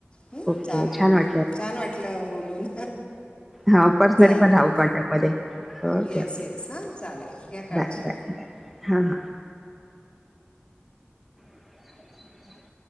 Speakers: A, on the left; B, in the centre.
A: हं,
B: ओके
A: चालेल
B: छान वाटलं.
A: छान वाटलं बोलून.
B: हा पर्सनली
A: चालेल
B: पण राहू. कॉन्टॅक्ट मध्ये, ओके
A: येस
B: ओके
A: येस हां चालेल घ्या काळजी
B: बाय बाय बाय हां हां. <unintelligible>